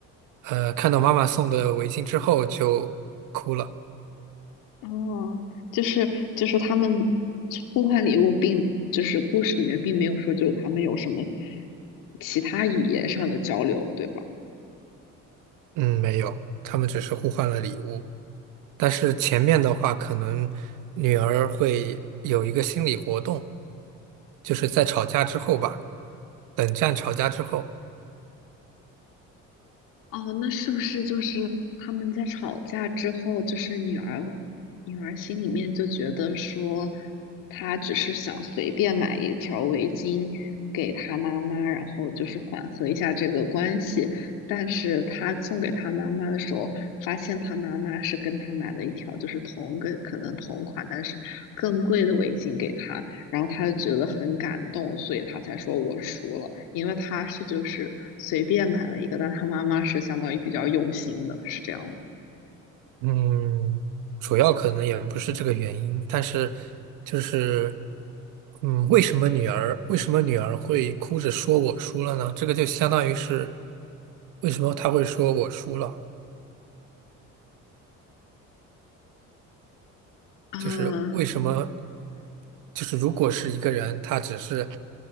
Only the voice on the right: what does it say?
呃看到妈妈送的围巾之后就哭了。
嗯，没有，他们只是互换了礼物。但是前面的话，可能女儿会有一个心理活动，就是在吵架之后吧，冷战吵架之后。
嗯，主要可能也不是这个原因，但是就是，嗯，为什么女儿为什么女儿会哭着说我输了呢？这个就相当于是为什么她会说我输了，
就是为什么就是如果是一个人，他只是